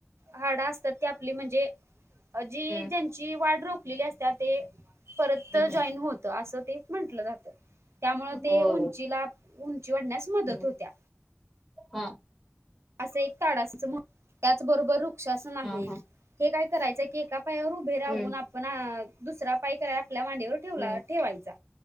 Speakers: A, on the right; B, in the centre.
A: हाडा असतात ती आपली म्हणजे जी
B: हम्म
A: ज्यांची वाढ रोपलेली असत ते परत
B: हम्म
A: जॉईन होत अस ते म्हंटलं जातं त्यामुळे ते
B: होय
A: उंचीला जिवडण्यास मदत
B: हम्म
A: होत्या
B: हा
A: असं एक ताडसाच म्ह त्याचबरोबर वृक्षासन आहे
B: हा हा.
A: हे काय करायचं की ए पायावर उभे राहून
B: हम्म
A: आपण दुसरा पाय कराय आपल्या मांडीवर ठेवला
B: हम्म
A: ठेवायचा